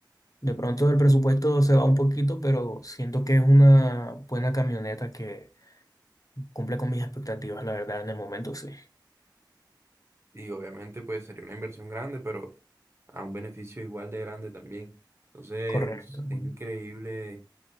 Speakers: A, on the left; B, on the right.
A: De pronto el presupuesto se va un poquito, pero siento que es una buena camioneta que cumple con mis expectativas, la verdad, en el momento sí.
B: Y obviamente pues sería una inversión grande, pero a un beneficio igual de grande también. Entonces,
A: Correcto, hermano.
B: es increíble.